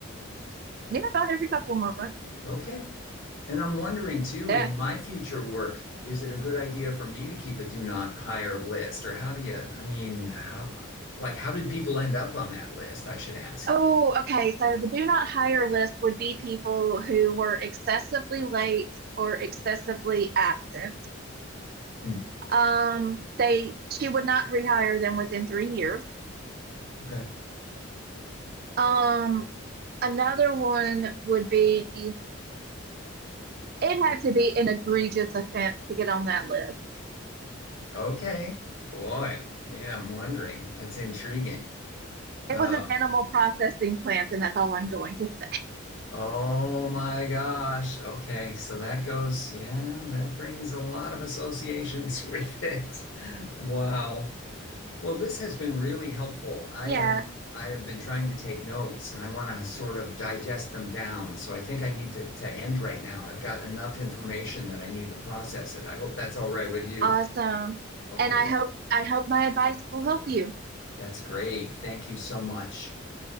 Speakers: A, on the right; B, on the left.
A: yeah, about every couple of months.
B: Okay. And I'm wondering too,
A: Yeah.
B: in my future work, is it a good idea for me to keep a do not hire list? Or how do you, I mean, how, like, how did people end up on that list? I should ask.
A: Oh, okay. So the do not hire list would be people who were excessively late or excessively absent.
B: Hmm,
A: Um, they she would not rehire them within three years.
B: okay.
A: Um, another one would be it had to be an egregious offense to get on that list.
B: Okay. Boy. Yeah, I'm wondering. That's intriguing. Oh.
A: It was an animal processing plant, and that's all I'm going to say.
B: Oh my gosh. Okay. So that goes, yeah, that brings a lot of associations <laughs> with it. Wow. Well, this has been really helpful. I
A: Yeah,
B: am I have been trying to take notes and I want to sort of digest them down. So I think I need to, to end right now. I've got enough information that I need to process it. I hope that's all right with you.
A: awesome.
B: Okay,
A: And I
B: well,
A: hope I hope my advice will help you.
B: that's great. Thank you so much.